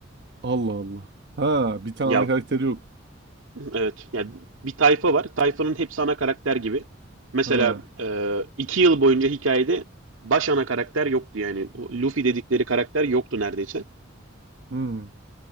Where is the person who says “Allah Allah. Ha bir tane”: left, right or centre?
Right